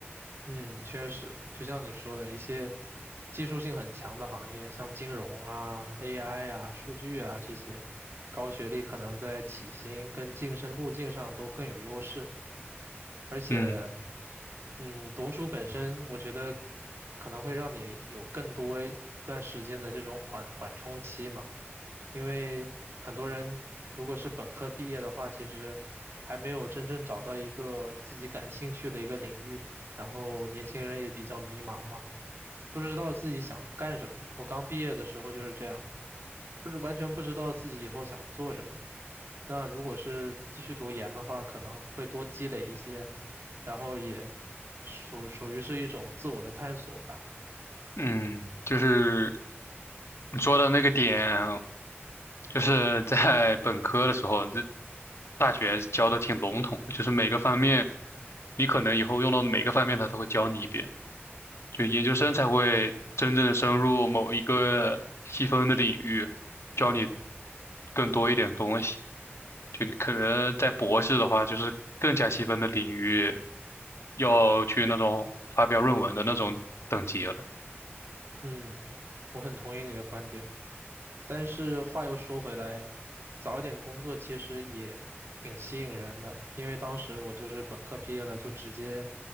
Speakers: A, on the right; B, on the left.
A: 嗯，确实，就像你说的，一些技术性很强的行业，像金融啊、AI 啊、数据啊这些，高学历可能在起薪跟晋升路径上都更有优势。而且，
B: 嗯。
A: 嗯，读书本身，我觉得可能会让你有更多一段时间的这种缓缓冲期嘛。因为很多人如果是本科毕业的话，其实还没有真正找到一个自己感兴趣的一个领域。然后年轻人也比较迷茫嘛，不知道自己想干什么。我刚毕业的时候就是这样，不是完全不知道自己以后想做什么。那如果是继续读研的话，可能会多积累一些，然后也属属于是一种自我的探索吧。
B: 嗯，就是你说的那个点，就是在本科的时候，这大学教的挺笼统，就是每个方面，你可能以后用到的每个方面，他都会教你一遍。就研究生才会真正深入某一个细分的领域，教你更多一点东西。就你可能在博士的话，就是更加细分的领域，要去那种发表论文的那种等级了。
A: 嗯，我很同意你的观点，但是话又说回来，早一点工作其实也挺吸引人的，因为当时我就是本科毕业了，就直接